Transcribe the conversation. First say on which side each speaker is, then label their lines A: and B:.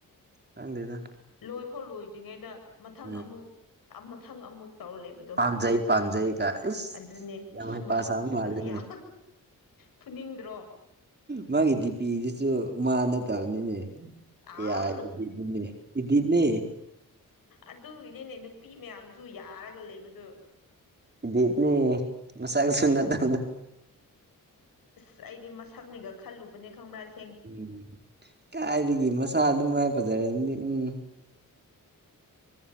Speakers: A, on the right; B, on the left.
A: ꯈꯪꯗꯦꯗ
B: ꯂꯣꯏꯐꯥꯎ ꯂꯣꯏꯗ꯭ꯔꯤꯉꯩꯗ ꯃꯊꯪ
A: ꯎꯝ
B: ꯑꯃꯨꯛ ꯃꯊꯪ ꯑꯃꯨꯛ ꯇꯧꯔ ꯂꯩꯕꯗ
A: ꯄꯥꯝꯖꯩ ꯄꯥꯝꯖꯩꯒ ꯏꯁ
B: ꯑꯗꯨꯅꯦ
A: ꯌꯥꯝ
B: ꯏꯁ
A: ꯍꯩꯄꯥ
B: ꯃꯁꯛꯁꯤꯒ
A: ꯁꯥꯕ ꯃꯥꯜꯂꯦꯅꯦ
B: ꯌꯥꯝ ꯐꯨꯅꯤꯡꯗ꯭ꯔꯣ
A: ꯃꯥꯒꯤ ꯗꯤꯄꯤꯗꯨꯁꯨ ꯃꯥ ꯅꯠꯇꯕꯅꯤꯅꯦ
B: ꯑꯥ
A: ꯌꯥ ꯏꯅꯦ ꯏꯅꯦꯅꯤ
B: ꯑꯗꯨ ꯏꯅꯦꯅꯦ ꯅꯨꯄꯤ ꯃꯌꯥꯝꯁꯨ ꯌꯥꯔꯒ ꯂꯩꯕꯗꯣ
A: ꯏꯗꯤ ꯏꯗꯅꯦ ꯃꯁꯥꯒꯁꯨꯅꯠꯇ
B: ꯏꯁ ꯑꯩꯗꯤ ꯃꯁꯛꯅꯦꯒ ꯈꯜꯂꯨꯕꯅꯦ ꯈꯪꯕ꯭ꯔꯥ ꯏꯁ
A: ꯎꯝ ꯀꯥꯏꯗꯒꯤ ꯃꯁꯥ ꯑꯗꯨꯝ ꯃꯥꯏ ꯐꯖꯔꯦ ꯑꯗꯨꯝꯗꯤ ꯎꯝ